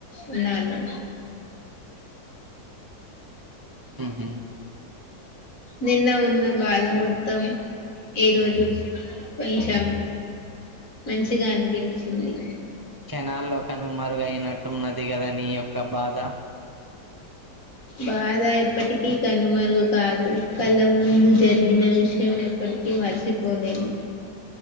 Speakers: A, on the left; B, on the right.
A: ఉన్నాను
B: ఉహుమ్
A: నిన్న ఉన్న బాధ మొత్తం ఈరోజు కొంచెం మంచిగా అనిపించింది
B: షనాల్లో కనుమరుగయినట్టున్నది కదా నీ యొక్క బాధ
A: బాధ ఎప్పటికీ కనుమరుగు కాదు కళ్ళ ముందు జరిగిన విషయం ఎప్పటికీ మర్చిపోలేను